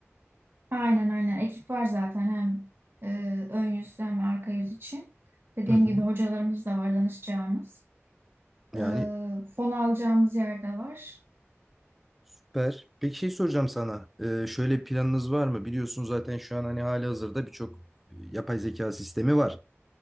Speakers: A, on the right (about 55°); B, in the centre.
A: Aynen aynen. Ekip var zaten hem e, ön yüz hem arka yüz için. Dediğim
B: Hı hı.
A: gibi hocalarımız da var danışacağımız.
B: Yani
A: Ee, fon alacağımız yer de var.
B: Süper. Peki şey soracağım sana. Ee, şöyle bir planınız var mı? Biliyorsun zaten şu an hani hali hazırda birçok e, yapay zeka sistemi var.